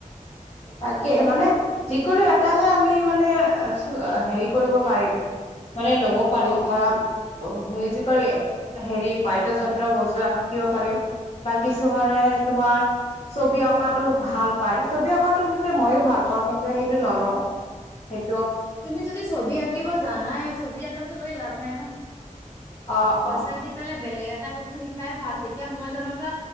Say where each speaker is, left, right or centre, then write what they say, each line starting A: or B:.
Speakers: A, on the left; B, on the left.
A: তাকে মানে যিকোনো এটাহে আমি মানে চ হেৰি কৰিব পাৰিম। মানে ল'ব পাৰিম
B: অ',
A: ধৰা মিউজিকৰ হেৰি বাদ্যয়যন্ত্ৰ বজোৱা শিকিব পাৰিম। বা কিছুমানানে তোমাৰ ছবি অঁকাতটো ভাল পাই। ছবি অঁকাত হৈছে মইয়ো ভাল পাওঁ, কিন্তু সেইটো নলও সেই
B: তুমি যদি ছবি আঁকিব জানাই ছবি আঁকাতটো লৈ লাভ নাই ন!
A: অ
B: পইচা
A: অ
B: দি পেলাই বেলেগ এটা বস্তু শিকাই ভাল। এতিয়া মই যেনেকুৱা